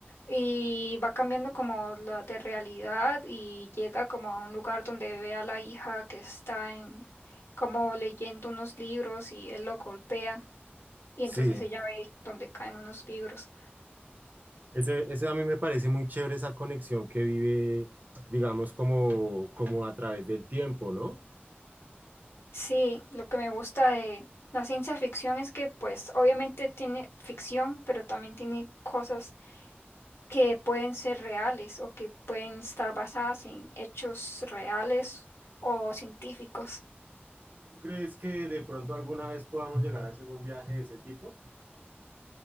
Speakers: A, on the left; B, on the right.
A: Y va cambiando como la de realidad y llega como a un lugar donde ve a la hija que está en, como leyendo unos libros y él lo golpea y
B: sí.
A: entonces ella ve donde caen unos libros.
B: Ese, ese a mí me parece muy chévere esa conexión que vive, digamos, como, como a través del tiempo, ¿no?
A: Sí, lo que me gusta de la ciencia ficción es que pues obviamente tiene ficción, pero también tiene cosas que pueden ser reales o que pueden estar basadas en hechos reales o científicos.
B: ¿Tú crees que de pronto alguna vez podamos llegar a hacer un viaje de ese tipo?